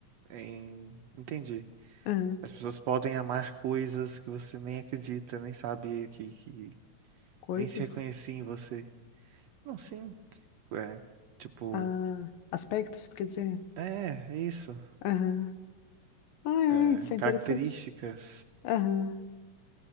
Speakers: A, on the right (about 75°); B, on the left (about 80°).
A: é, em... Entendi.
B: aham,
A: As pessoas podem amar coisas que você nem acredita, nem sabia que, que
B: coisas.
A: nem se reconhecia em você. Não, sim. É, tipo,
B: Ah, aspectos, quer dizer?
A: é, é isso.
B: Aham. Ah,
A: É,
B: é, isso é interessante.
A: características.
B: Aham.